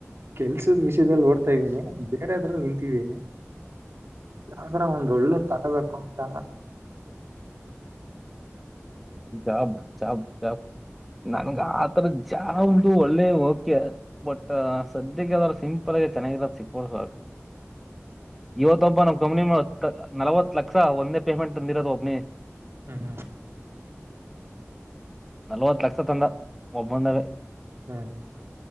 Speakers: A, on the right; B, in the centre.
A: ಕೆಲ್ಸದ ವಿಷಯದಲ್ಲಿ ಓಡ್ತಾ ಇದ್ದೀನಿ ಬೇರೆ ಅದ್ರಲ್ಲಿ ನಿಂತಿದ್ದೀನಿ ಅಂದ್ರ ಒಂದ ಒಳ್ಳೆ ತಗಳಕಿಂತ
B: ಜಾಬ ಜಾಬ್ ಜಾಬ್
A: ಹ್ಮ್
B: ನನ್ಗೆ
A: ಹ್ಮ್
B: ಆತರ ಚಾ ಅಂಗಡಿ ಒಳ್ಳೆ ಓಕೆ ಬಟ್ ಸದ್ಯಕ್ಕೆದ್ರರು ಸಿಂಪಲ್ ಆಗಿ ಚೆನ್ನಾಗಿರೋದ ಸಿಗ್ಬೋದು ಇವತ್ತೊ ಒಬ್ಬ ನಮ್ ಕಂನಿ ನಲ್ವತ್ ಲಕ್ಷ ಒಂದೇ ಪೇಮೆಂಟ್ ತಂದಿರೋದು ಒಬ್ನಿ
A: ಹೂಂ
B: ನಲವತ್ತು ಲಕ್ಷ ತಂಡ ಒಬ್ಬಂದವ
A: ಹೂಂ